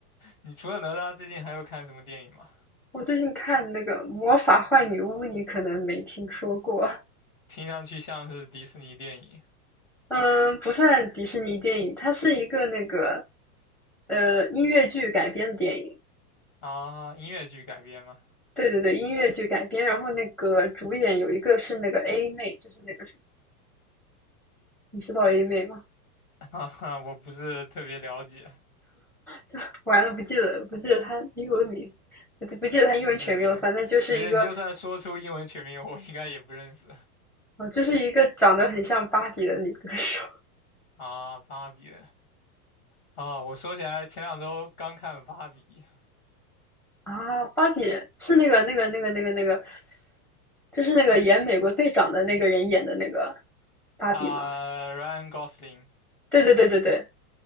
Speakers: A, on the left; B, in the centre.
A: 你除了哪吒，最近还有看什么电影吗？
B: <laughs> 我最近看那个《魔法坏女巫》，你可能没听说过。
A: 听上去像是迪士尼电影
B: 嗯，不算迪士尼电影，它是一个那个呃音乐剧改编的电影。
A: 啊，音乐剧改编吗？
B: 对对对，音乐剧改编，然后那个主演有一个是那个 A 妹，就是那个什么，你知道 A 妹吗？
A: <laughs> 哈哈，<laughs> 我不是特别了解。
B: 就完了，不记得不记得她英文名，不不记得她英文全名了，
A: 没事没事没事，
B: 反正就是一个，
A: 你就算说出英文全名，我应该也不认识
B: 呃就是一个长得很像芭比的女歌手
A: 啊。芭比啊，我说起来，前两周刚看了芭比
B: <laughs> 啊，芭比是那个那个那个那个那个，就是那个演美国队长的那个人演的那个芭比吗？
A: 啊，Ryan Gosling，
B: 对对对对对，